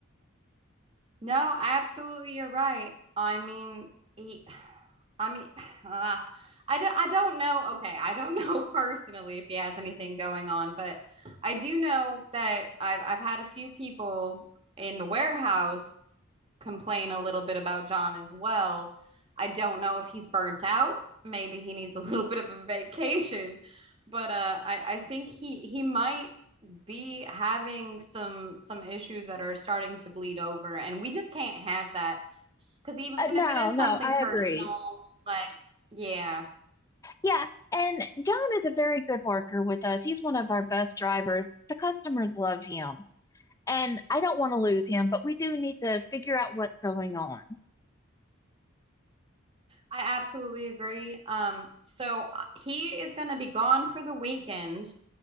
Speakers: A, on the right; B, on the left.
A: No, absolutely, you're right. I mean, he, I mean, <sighs> uh, I don't, I don't know. Okay, I don't <laughs> know personally if he has anything going on, but I do know that I've I've had a few people in the warehouse complain a little bit about John as well. I don't know if he's burnt out. Maybe he needs a <laughs> little bit of a vacation, but uh, I I think he he might be having some some issues that are starting to bleed over and we just can't have that because even
B: Uh,
A: if
B: no,
A: it is
B: no,
A: something
B: I
A: personal
B: agree.
A: like yeah
B: Yeah, and John is a very good worker with us. He's one of our best drivers. The customers love him, and I don't want to lose him, but we do need to figure out what's going on.
A: i absolutely agree um so uh, he is going to be gone for the weekend